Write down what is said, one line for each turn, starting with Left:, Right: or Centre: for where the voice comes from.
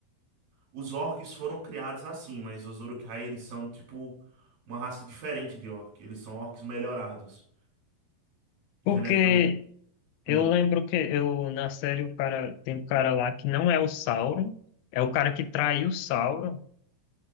Right: Os orcs foram criados assim, mas os Uruk-hai, eles são tipo uma raça diferente de orc. Eles são orcs melhorados.
Left: Porque
Right: Geneticamente.
Left: eu
Right: Hum.
Left: lembro que eu, na série o cara, tem um cara lá que não é o Sauron, é o cara que traiu o Sauron.